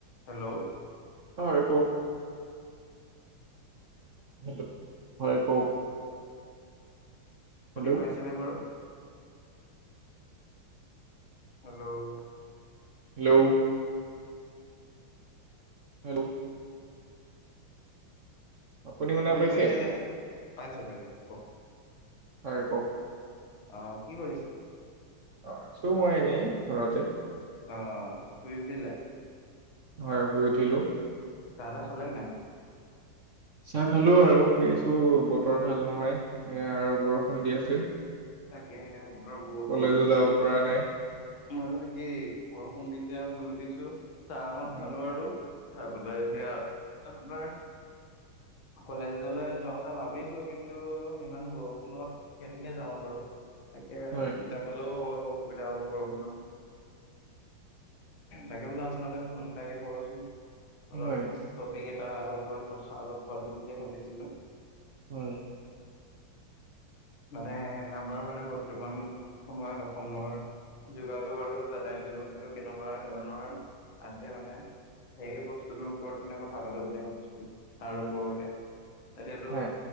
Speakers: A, on the left (about 70°); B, on the right (about 50°).
A: হেল্ল'
B: হয় কওক হেল্ল, হয় কওক। হেল্ল'
A: সোনি পাইছেনে বাৰু? হেল্ল'
B: হেল্ল'ঊ হেল্ল' আপুনি শুনা
A: শুনি
B: পাইছে?
A: পাইছেনে পাইছো পাইছো ক'ক।
B: হয় ক'ক?
A: আহ কি কৰিছে?
B: অ আছো মই এনেই ঘৰতে।
A: অ শুই উঠিলা
B: হয় শুই উঠিলো।
A: <unintelligible>
B: চাহ খালো আৰু শুই আছো বতৰ ভাল নহয় এয়া আৰু বৰষুণ দি আছে।
A: তাকেহে বতৰ বহুত
B: কলেজো
A: বৰষুণ
B: যাব
A: দেই
B: পৰা নাই
A: মই একেই বৰষুণ দিচে আৰু শুই উঠিছো। চাহ মান
B: উম,
A: খালো আৰু খাই পেলাই এতিয়া।
B: হয়
A: আপোনাৰ কলেজলৈ যোৱা কথা ভাবিছো কিন্তু ইমান বৰষুণত কেনেকে যাওঁ বাৰু তাকে
B: হয়
A: যাবলেও অলপ অসুবিধা হ'ব বৰষুণ। তাকে বোলো আপোনাৰ লে ফোন তাকে কৰচোন। অলপ
B: হয়
A: টপিক এটা আৰম্ভ কথা অলপ পালো বুলিয়ে ভাবিছিলো।
B: উম
A: মানে আমাৰ মানে বৰ্তমান সময়ত অসমৰ যোগাযোগ আৰু যাতায়ত ব্যৱস্থাটো কেনেকুৱা ধৰণৰ আছে মানে। সেই বস্তুটোৰ ওপৰত মানে কথা পাতো বুলি ভাবিছিলো তাৰ ওপৰতে এতিয়াতো
B: হয়